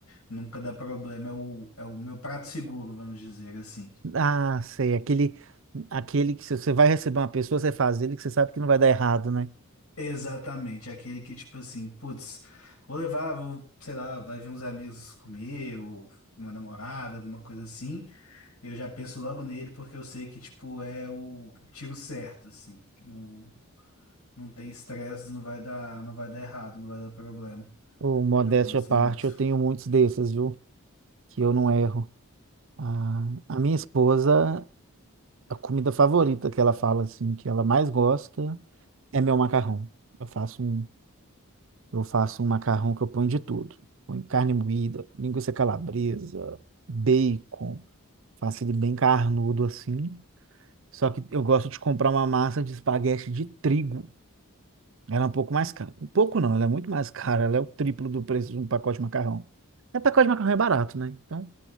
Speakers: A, on the left (about 80°); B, on the right (about 60°).
A: nunca dá problema. É o, é o meu prato seguro, vamos dizer assim.
B: Ah, sei, aquele, aquele que se você vai receber uma pessoa, você faz ele que você sabe que não vai dar errado, né?
A: Exatamente, é aquele que, tipo assim, putz, vou levar, vou, sei lá, vai vir uns amigos comer, ou uma namorada, alguma coisa assim. Eu já penso logo nele porque eu sei que, tipo, é o tiro certo, assim. Não, não tem estresse, não vai dar, não vai dar errado, não vai dar problema.
B: Ou modéstia
A: Eu gosto
B: à parte,
A: muito.
B: eu tenho muitos desses, viu? Que eu não erro. Ah, a minha esposa, a comida favorita que ela fala assim, que ela mais gosta, é meu macarrão. Eu faço um, eu faço um macarrão que eu ponho de tudo. Ponho carne moída, linguiça calabresa, bacon, faço ele bem carnudo assim. Só que eu gosto de comprar uma massa de espaguete de trigo. Ela é um pouco mais cara. Um pouco não, ela é muito mais cara. Ela é o triplo do preço de um pacote de macarrão. É, pacote de macarrão é barato, né? Então,